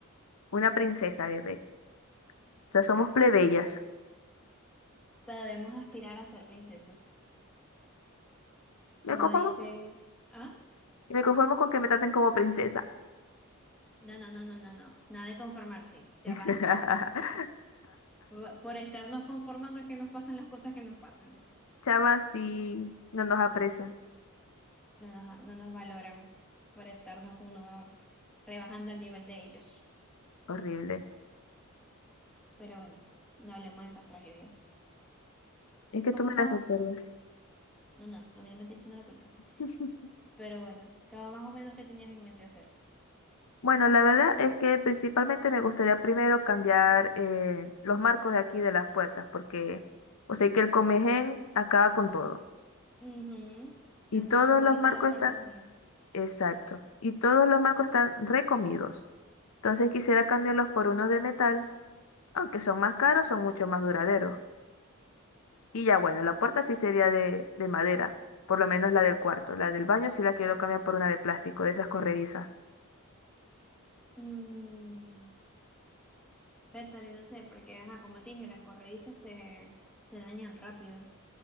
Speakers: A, on the left; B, in the centre.
A: Una princesa, bebé. O sea, somos
B: Así.
A: plebeyas.
B: Podemos aspirar a ser princesas. Como
A: Me conformo.
B: dice, ah,
A: Y me conformo con que me traten como princesa.
B: no, no, no, no, no, no, nada de conformarse, ya
A: <laughs>
B: basta. Bu- Por estarnos conformando es que nos pasan las cosas que nos pasan.
A: Chama, sí. No nos aprecian.
B: No nos, no nos valoran por estarnos uno rebajando el nivel de ellos.
A: Horrible.
B: Pero bueno, no hablemos de esas tragedias.
A: Es que
B: Como
A: tú me
B: más,
A: las recuerdas.
B: no, no, a mí no me estoy echando la culpa.
A: <laughs>
B: Pero bueno, como más o menos que tenías en mente hacer.
A: Bueno, la verdad es que principalmente me gustaría primero cambiar eh, los marcos de aquí de las puertas, porque, o sea, que el Comején acaba con todo.
B: Ujú,
A: Y
B: Así
A: todos
B: están
A: los
B: ahorita
A: marcos
B: las puertas
A: están,
B: mías.
A: exacto, y todos los marcos están recomidos. Entonces quisiera cambiarlos por unos de metal, aunque son más caros, son mucho más duraderos. Y ya bueno, la puerta sí sería de, de madera, por lo menos la del cuarto. La del baño sí la quiero cambiar por una de plástico, de esas corredizas.
B: Mm. Bertale, no sé, porque, ajá, como te dije, las corredizas se, se dañan rápido.